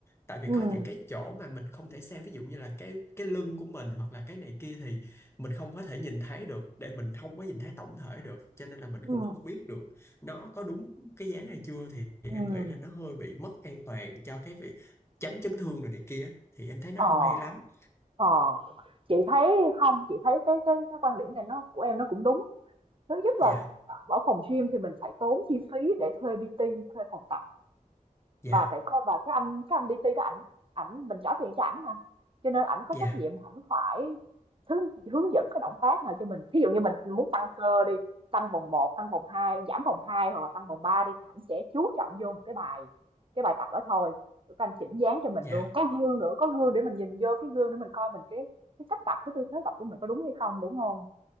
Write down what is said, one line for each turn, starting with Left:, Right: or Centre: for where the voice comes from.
Left: tại vì
Right: ừ ừ
Left: có những cái chỗ mà mình không thể xem ví dụ như là cái cái lưng của mình hoặc là cái này kia thì mình không có thể nhìn thấy được để mình không có nhìn thấy tổng thể được cho nên là mình
Right: ừ
Left: cũng không biết được nó có đúng cái dáng hay chưa thì em
Right: ừ,
Left: nghĩ là nó hơi bị mất an toàn cho cái việc tránh chấn thương rồi này kia thì em thấy nó
Right: ờ
Left: không hay lắm
Right: Ờ, chị thấy không, chị thấy cái cái cái quan điểm này nó của em nó cũng đúng. Thứ nhất
Left: dạ
Right: là ở phòng gym thì mình phải tốn chi phí để thuê PT, thuê phòng tập
Left: dạ
Right: và phải coi và cái anh cái anh đi đó ảnh ảnh mình trả tiền cho ảnh mà cho nên ảnh có
Left: dạ
Right: trách nhiệm ảnh phải hướng, hướng dẫn cái động tác nào cho mình thí dụ như mình muốn tăng cơ đi tăng vòng một tăng vòng hai giảm vòng 2 hoặc là tăng vòng 3 đi thì ảnh sẽ chú trọng vô một cái bài cái bài tập đó thôi rồi các anh chỉnh dáng cho mình
Left: dạ
Right: luôn có gương nữa có gương để mình nhìn vô cái gương để mình coi mình cái cái cách tập cái tư thế tập của mình có đúng hay không đúng không